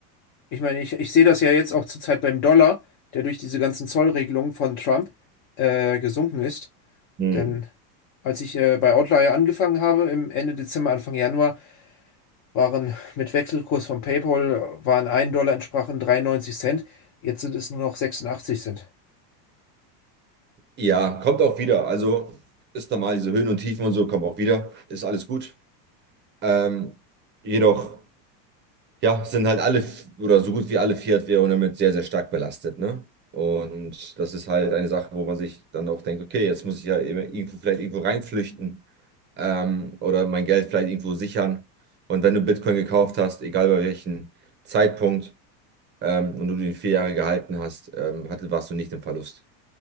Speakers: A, on the left; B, on the right.
A: Ich meine, ich, ich sehe das ja jetzt auch zurzeit beim Dollar, der durch diese ganzen Zollregelungen von Trump äh, gesunken ist.
B: hm.
A: Denn als ich äh, bei Outlier angefangen habe, im Ende Dezember, Anfang Januar, waren mit Wechselkurs von PayPal, äh, waren ein Dollar entsprachen 93 Cent. Jetzt sind es nur noch 86 Cent.
B: ja, kommt auch wieder. Also ist normal, diese Höhen und Tiefen und so kommen auch wieder. Ist alles gut. Ähm, jedoch, ja, sind halt alle f- oder so gut wie alle Fiat-Währungen damit sehr, sehr stark belastet, ne? Und das ist halt eine Sache, wo man sich dann auch denkt, okay, jetzt muss ich ja eben irgendwo, vielleicht irgendwo reinflüchten ähm, oder mein Geld vielleicht irgendwo sichern. Und wenn du Bitcoin gekauft hast, egal bei welchem Zeitpunkt, ähm, und du den vier Jahre gehalten hast, ähm, hatte, warst du nicht im Verlust.